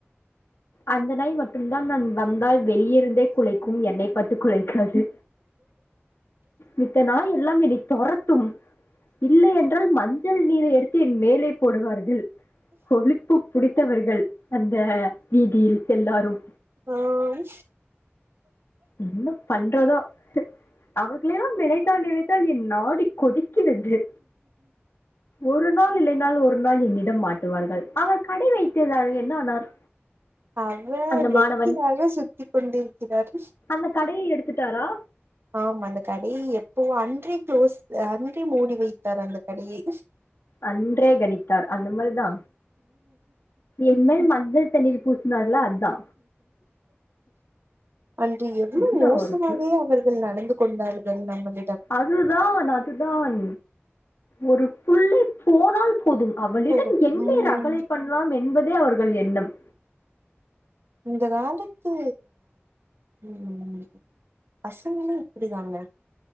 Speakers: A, on the left (about 80°); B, on the right (about 60°).
A: அந்த நாய் மட் மட்டும்தான் நான் வந்தால் வெளியருந்தே குலைக்கும் என்னை பார்த்து குலைக்காது மித்த நாய் எல்லாம் வெடி தொரத்தும் இல்லை என்றால் மஞ்சள் நீரை எடுத்து என் மேலே போடுவார்கள் கொழிப்பு புடி த்தவர்கள் அந்த வீதியில் எல்லாரும்
B: ஆம்
A: என்ன பண்றதோ அவர்களையெல்லாம் நினைத்தால் நினைத்தால் என் நாடி கொதிக் கிறது ஒரு நாள் இல்லைனால் ஒரு நாள் என்னிடம் மாட் டுவார்கள்‌ அவர் கடை வைத்திருந்தாரெ என்ன ஆனார்
B: அவர்
A: அந்த
B: வெட்டியாக
A: மாணவன்
B: சுத்தி் கொண்டிருக்கிறார்
A: அந்த கடையை எடுத்துட்டாரா
B: ஆம் அந்த கடையை எப்பவொ அன்றே க்ளோஸ் அன்றே மூடி வைத்தார் அந்த கடையை
A: அன்றே கணித்தார் அந்த மாரிதா எம்மேல் மஞ்சள் தண்ணீர் பூசுனார்ல அதா
B: அன்று எவ்வளவு
A: என்ன
B: மோசமாகவே
A: ஒரு கு
B: அவர்கள் நடந்து கொண்டார்கள் நம்பள்
A: அதுதான் அதுதான் ஒரு புள்ளி போனால் போதும் அவளிடம்
B: போதும்
A: <unintelligible>
B: ம்
A: ரகளை பண்லாம் என்ப தே அவர்கள் எண்ணம்
B: இந்த காலத்து ம் பசங்களு இப்டிதாங்க